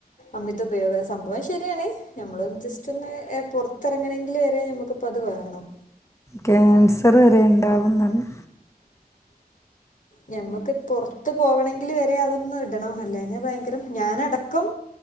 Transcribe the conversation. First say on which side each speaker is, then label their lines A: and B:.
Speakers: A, on the left (about 55°); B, on the left (about 20°).
A: അമിത ഉപയോഗം സംഭവം ശരിയാണ് നമ്മൾ ജസ്റ്റ് ഒന്ന് ഏഹ് പൊറത്തെറങ്ങണെങ്കില് വരെ നമ്മക്ക് ഇപ്പത് വേണം
B: ക്യാൻസർ വരെ ഇണ്ടാവുന്നു പറഞ്ഞു
A: നമ്മക്ക് പൊറത്ത് പോവണങ്കില് വരെ അതൊന്ന് ഇടണം അല്ലെങ്കി ഭയങ്കര ഞാനടക്കം